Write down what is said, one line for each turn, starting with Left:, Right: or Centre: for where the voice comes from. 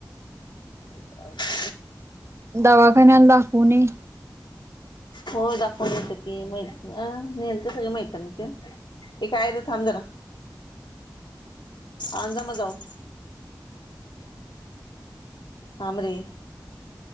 Left: <inaudible>
Right: दवाखान्याला दाखवून ये.
Left: होय दाखवून येते की म इथन गेलतो सगळ मैत्रिणी तेन ये काय रे थांब जरा. आणजा म जाऊन थांब रे.